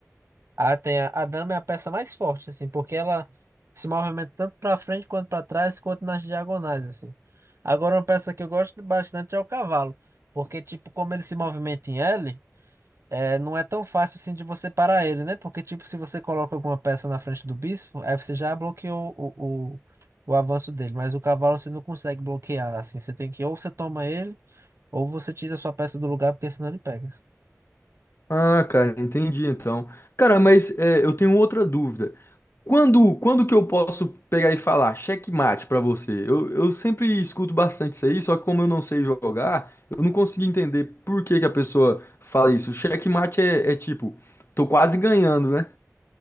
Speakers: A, on the right (about 55°); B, on the left (about 50°).
A: Ah, tem a, a dama é a peça mais forte, assim, porque ela se movimenta tanto pra frente quanto pra trás, quanto nas diagonais, assim. Agora uma peça que eu gosto bastante é o cavalo, porque tipo, como ele se movimenta em L, É, não é tão fácil assim de você parar ele, né? Porque, tipo, se você coloca alguma peça na frente do bispo, aí você já bloqueou o, o, o avanço dele. Mas o cavalo você não consegue bloquear, assim. Você tem que, ou você toma ele, ou você tira a sua peça do lugar, porque senão ele pega.
B: Ah, cara, entendi então. Cara, mas é, eu tenho outra dúvida. Quando, quando que eu posso pegar e falar checkmate pra você? Eu, eu sempre escuto bastante isso aí, só que como eu não sei jogar, eu não consigo entender por que que a pessoa fala isso. Checkmate é, é tipo, tô quase ganhando, né?